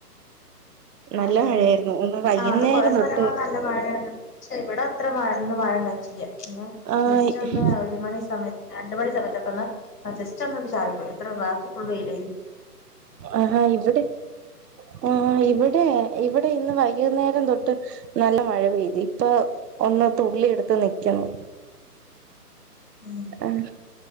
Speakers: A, on the right; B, on the left.
A: നല്ല
B: അതെ
A: മഴയായിരുന്നു ഒന്ന് വൈകുന്നേരം
B: ആഹ് ഇന്ന് കൊറെ സ്ഥലങ്ങളിൽ
A: തൊട്ട്
B: നല്ല മഴയാണ് പക്ഷെ ഇവിടെ അത്ര മഴ ഇന്ന് മഴയുണ്ടായി ഇല്ല ഇന്ന്
A: ആഹ്
B: ജസ്റ്റ് ഒന്ന് ഒരു മണി സമയത്ത് രണ്ടു മണി സമയത്തൊക്കെ ഒന്ന് ആ ജസ്റ്റ് ഒന്ന് വന്ന് ചാറി പോയി അത്രയുള്ളു ബാക്കി ഫുൾ വെയില
A: ആഹാ ഇവിടെ ആഹ് ഇവിടെ ഏ ഇവിടെ ഇന്ന് വൈകുന്നേരം തൊട്ട് നല്ല മഴ പെയ്തു ഇപ്പൊ ഒന്ന് തുള്ളി എടുത്ത് നിക്കുന്നു
B: ഉം
A: ആഹ്